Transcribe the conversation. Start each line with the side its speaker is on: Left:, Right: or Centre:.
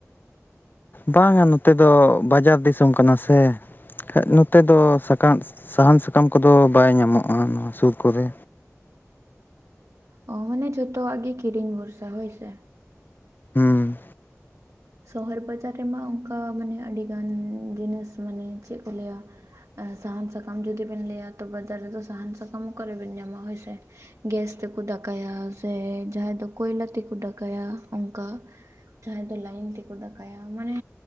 Left: ᱵᱟᱝᱟ ᱱᱚᱛᱮ ᱫᱚ ᱵᱟᱡᱟᱨ ᱫᱤᱥᱚᱢ ᱠᱟᱱᱟ ᱥᱮ ᱱᱚᱛᱮ ᱫᱚ ᱥᱟᱠᱟᱢ ᱥᱟᱦᱟᱱ ᱥᱟᱠᱟᱢ ᱠᱚᱫᱚ ᱵᱟᱭ ᱧᱟᱢᱚᱜ-ᱟ ᱱᱚᱣᱟ ᱥᱩᱨ ᱠᱚᱨᱮ
Right: ᱚ ᱢᱟᱱᱮ ᱡᱷᱚᱛᱚᱣᱟᱜ ᱜᱮ ᱠᱤᱨᱤᱧ ᱵᱷᱚᱨᱥᱟ ᱦᱳᱭ ᱥᱮ
Left: ᱦᱩᱸ
Right: ᱥᱚᱦᱚᱨ ᱵᱟᱡᱟᱨ ᱨᱮᱢᱟ ᱚᱱᱠᱟ ᱢᱟᱱᱮ ᱟᱹᱰᱤᱜᱟᱱ ᱡᱤᱱᱤᱥ ᱢᱟᱱᱮ ᱪᱮᱫ ᱠᱚ ᱞᱟᱹᱭᱟ ᱥᱟᱦᱟᱱ ᱥᱟᱠᱟᱢ ᱡᱩᱫᱤ ᱵᱮᱱ ᱞᱟᱹᱭᱟ ᱛᱚ ᱵᱟᱡᱟᱨ ᱨᱮᱫᱚ ᱥᱟᱦᱟᱱ ᱥᱟᱠᱟᱢ ᱚᱠᱟᱨᱮ ᱵᱮᱱ ᱧᱟᱢᱟ ᱦᱳᱭᱥᱮ ᱜᱮᱥ ᱛᱮᱠᱚ ᱫᱟᱠᱟᱭᱟ ᱥᱮ ᱡᱟᱦᱟᱸᱭ ᱫᱚ ᱠᱚᱭᱞᱟ ᱛᱮᱠᱚ ᱫᱟᱠᱟᱭᱟ ᱚᱱᱠᱟ᱾ ᱡᱟᱦᱟᱸᱭ ᱫᱚ ᱞᱟᱭᱤᱱ ᱛᱮᱠᱚ ᱫᱟᱠᱟᱭᱟ ᱢᱟᱱᱮ